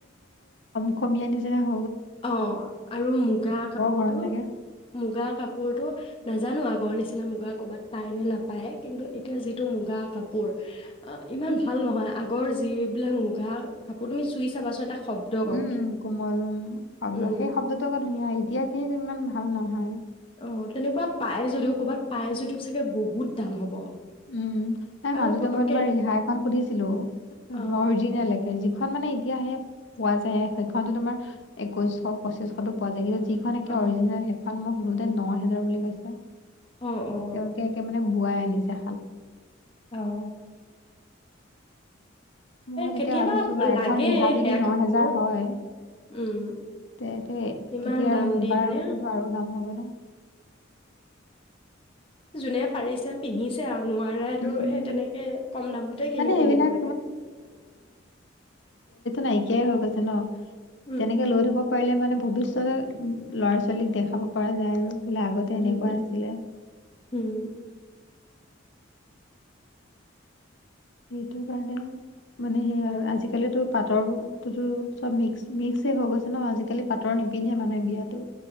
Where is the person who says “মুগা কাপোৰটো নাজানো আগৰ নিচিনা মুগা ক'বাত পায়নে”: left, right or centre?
Left